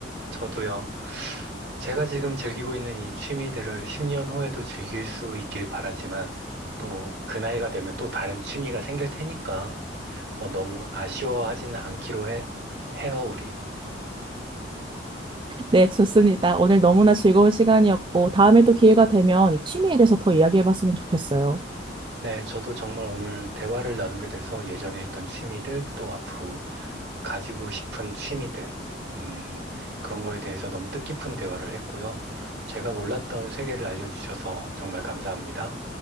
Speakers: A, on the right (about 60°); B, on the right (about 25°).
A: 저도요. 제가 지금 즐기고 있는 이 취미들을 10년 후에도 즐길 수 있길 바라지만 또 그 나이가 되면 또 다른 취미가 생길 테니까 어, 너무 아쉬워하지는 않기로 해, 해요, 우리.
B: 네, 좋습니다. 오늘 너무나 즐거운 시간이었고, 다음에 또 기회가 되면 이 취미에 대해서 더 이야기해봤으면 좋겠어요.
A: 네, 저도 정말 오늘 대화를 나누게 돼서 예전에 했던 취미들, 또 앞으로 가지고 싶은 취미들, 음, 그런 거에 대해서 너무 뜻깊은 대화를 했고요. 제가 몰랐던 세계를 알려주셔서 정말 감사합니다.